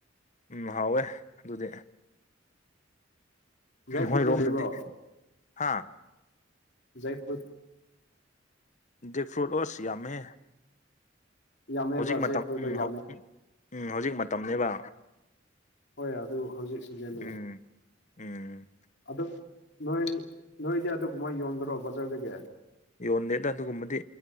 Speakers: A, on the left; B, on the left.
A: ꯎꯝ ꯍꯥꯎꯋꯦ ꯑꯗꯨꯗꯤ
B: ꯖꯩꯐꯨꯠꯗꯤ
A: ꯎꯝ ꯍꯣꯏ ꯔꯣꯝ
B: ꯂꯩꯕ꯭ꯔꯣ
A: ꯗꯗꯤ ꯍꯥ
B: ꯖꯩꯐꯨꯠ
A: ꯗꯛ ꯐ꯭ꯔꯨꯠ ꯑꯣꯁ ꯌꯥꯝꯃꯦ
B: ꯌꯥꯝꯃꯦꯕ
A: ꯍꯧꯖꯤꯛ ꯃꯇꯝ
B: ꯖꯩꯐꯨꯠꯗꯣ
A: ꯎꯝ
B: ꯌꯥꯝꯃꯦ
A: ꯎꯝ ꯎꯝ ꯍꯧꯖꯤꯛ ꯃꯇꯝꯅꯦꯕ
B: ꯍꯣꯏ ꯑꯗꯨ ꯍꯧꯖꯤꯛ ꯁꯤꯖꯟꯅꯤ
A: ꯎꯝ ꯎꯝ
B: ꯑꯗꯨꯝ ꯅꯣꯏ ꯅꯣꯏꯗꯤ ꯑꯗꯨꯒꯨꯝꯃꯥꯏ ꯌꯣꯟꯝꯗꯔꯣ ꯕꯖꯥꯔꯗꯒꯤ
A: ꯌꯣꯟꯗꯦꯗ ꯑꯗꯨꯒꯨꯝꯕꯗꯤ